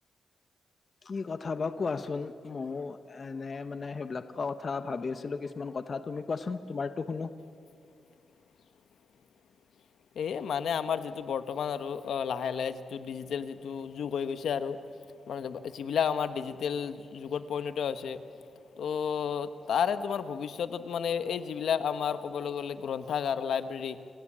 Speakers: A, on the left; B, on the left.
A: কি কথা বা কোৱাচোন ময়ো এনে মানে সেইবিলাকৰ কথা ভাবি আছিলো কিছুমান কথা- কথা তুমি কোৱাচোন তোমাৰো শুনো।
B: <inaudible> এইে মানে আমাৰ যিটো বৰ্তমান আৰু অ লাহে লাহে যিটো ডিজিটেল যি টো যুগ হৈ গৈছে আৰু মানে যিবিলাক আমাৰ ডিজিটেল যুগত পৰিণত হৈছে। ত' তাৰে তোমাৰ ভৱিষ্যতত মানে এই যিবিলাক আমাৰ ক'বলৈ গ'লে গ্ৰন্থাগাৰ লাগ ফাইব্ৰে